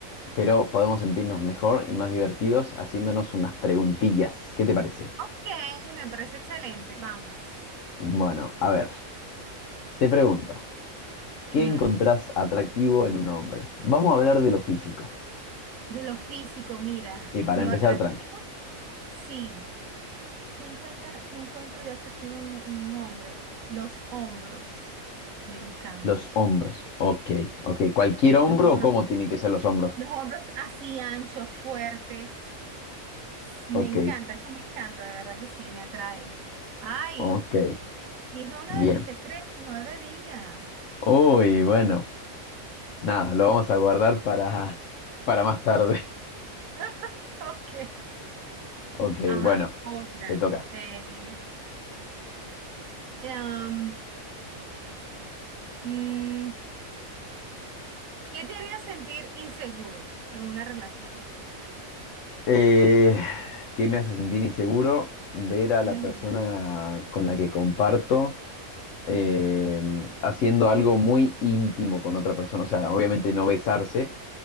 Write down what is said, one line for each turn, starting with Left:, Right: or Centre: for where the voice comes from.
Left: pero podemos sentirnos mejor y más divertidos haciéndonos unas preguntillas. ¿Qué te parece?
Right: ok, me parece excelente. Vamos.
Left: Bueno, a ver, te pregunto, ¿qué
Right: Mm,
Left: encontrás atractivo en un hombre? Vamos a hablar de lo físico.
Right: De lo físico, mira,
Left: Y para
Right: lo
Left: empezar,
Right: atractivo,
Left: tranqui.
Right: sí. ¿Qué encuentra, qué encuentro yo atractivo en un un hombre? Los hombros. Me encanta.
Left: Los hombros. Ok, ok. ¿Cualquier hombro
Right: Los hombros
Left: o cómo tienen que ser los hombros?
Right: Los hombros así anchos, fuertes. Me
Left: Ok,
Right: encanta, eso me encanta, de verdad que sí, me atrae. Ay,
Left: ok.
Right: dije uno
Left: Bien.
Right: de mis secretos, no debería.
Left: Uy, bueno. Nada, lo vamos a guardar para, para más tarde. <laughs>
Right: <laughs> Ok.
Left: Ok,
Right: Ajá,
Left: bueno,
Right: otra.
Left: te toca.
Right: Eh, em, mm, ¿qué te haría sentir inseguro en una relación?
Left: Eh, ¿qué me hace sentir inseguro? Ver a la
Right: Ujú,
Left: persona con la que comparto eh,
Right: Ajá.
Left: haciendo algo muy íntimo con otra persona. O sea, obviamente no besarse,